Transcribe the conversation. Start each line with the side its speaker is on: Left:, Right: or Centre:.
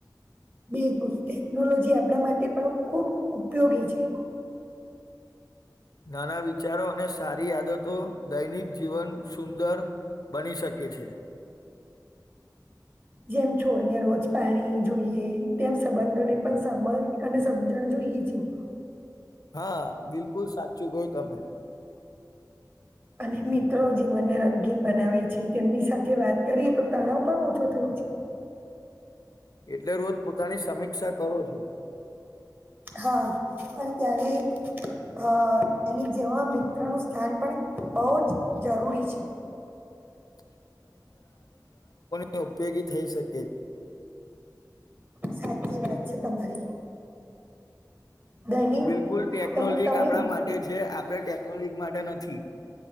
Right: બિલકુલ ટેકનોલોજી આપણા માટે પણ ખુબ ઉપયોગી છે
Left: નાના વિચારો અને સારી આદતો દૈનિક જીવન સુંદર બની શકે છે
Right: જેમ છોડને રોજ પાણી જોઈએ તેમ સંબંધોને પણ સમજ અને સમજણ જોઈ પઈએ છે
Left: હા બિલકુલ સાચું કહ તમે
Right: અને મિત્રો જીવનને રગીન બનાવે છે તેમની સાથે વાત કરીએ તો તણાવ પણ ઓછો થાય છે
Left: <unintelligible> <inaudible> એટલે રોજ પોતાની સમીક્ષા કરો છો
Right: હા પણ ત્યારે અ એની જેવા મિત્ર ન સ્થાન પણ બહ જ જરૂરી છે
Left: <unintelligible> તો ઉપયોગી થઈ શકે
Right: સાચી વાત છે તમારી દૈનિક
Left: બિલકુલ ટેકનોલોજી
Right: તમે તમે
Left: આપણા માટે છે આપડણે ટેકનોલોજી માટે નથી